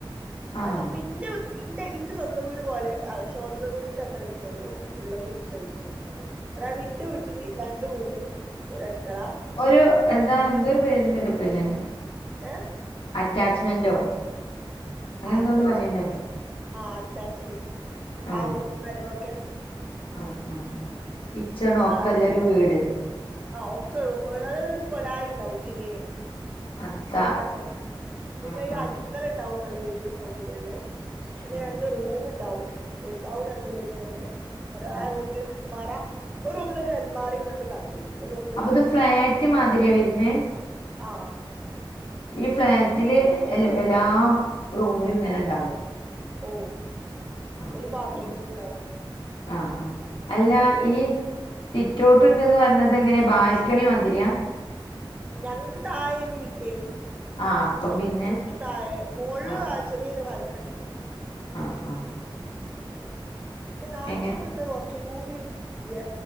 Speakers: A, on the left; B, on the right.
A: ആഹ്
B: അതിപ്പ ഇന്റെ- ഇന്റെ ഇന്റെ സ്വന്തം വീട് പോലെ സ്വന്തം വീടിന്റെ അത്ര വലപ്പുള്ളൂ ഉള്ള ഒരു ഇതായിരിക്കും അത് അതായത് എന്റെ വീട്ടില് രണ്ട്‌ റൂമും ഒരു അടുക്കള
A: ഒരു എന്താ എന്തോ ഒരു പേരുണ്ടല്ലോ പിന്നെ
B: ഏ
A: അറ്റാച്ച്മെന്റോ അങ്ങനെ
B: ആ
A: എന്തോന്ന്
B: അറ്റാച്ച്മെന്റ്
A: പറയണ്ടല്ലോ
B: ആ അറ്റാചിഡ്
A: ആഹ്
B: ആ റൂമ് മരുമോൾക്ക്
A: ആഹ് ആഹ് ആഹ് കിച്ചണും ഒക്കെ
B: ആ
A: ഉള്ളൊരു വീട്
B: ആ ഒക്കെ ഒരു <unintelligible> കൊലായണ്ടാവും ചെറിയേ
A: അത്ത
B: ഗ്രില്ലൊക്കെ പിന്നെ
A: ആഹ്
B: ഒരു
A: ആഹ്
B: അടിക്കൽ ഉണ്ട് ണ്ടാവും നല്ല വലിയ സൗകര്യംയുള്ളെ പിന്നെ
A: ആഹ്
B: രണ്ട് റൂമ് ഉണ്ടാവും ണ്ട് വലുത തന്നെ ഒ
A: ആഹ്
B: ആ റൂമിലൊരു അലമാര <unintelligible> ഒരു റൂമിൽ ഒരു അലമാരയും വേണ്ടി ക <unintelligible> <unintelligible>
A: അപ്പൊ ഇത് ഫ്ളാറ്റ് മാതിരിയാ വരുന്നെ
B: ആഹ്
A: ഈ ഫ്ളാറ്റില് എ എല്ലാ റൂമിലും ഇങ്ങനെ ഉണ്ടാവും
B: ഓ
A: ആഹ്
B: ഒരു ബാത്ത്റൂമും ഉണ്ടാവും
A: ആഹ് ആഹ് അല്ല
B: പിന്നെ ഒരു
A: ഈ- സിറ്റ് ഔട്ട് ഉണ്ട് എന്ന് പറഞ്ഞത് എങ്ങനെയാ ബാൽക്കണി മാതിരിയ
B: ഞങ്ങക്ക് താഴേന്ന് കിട്ടിയെ
A: ആഹ് അപ്പം പിന്നെ
B: എനിക്ക് താഴെ മോളില്
A: ആഹ്
B: വാ- ചെറിയൊരു വാൽകണിയില്
A: ആഹ് ആഹ് ആഹ്
B: എന്റെ നാത്തൂൻ
A: എങ്ങനെ
B: നിന്ന് കുറച്ചും കൂടി വലിയ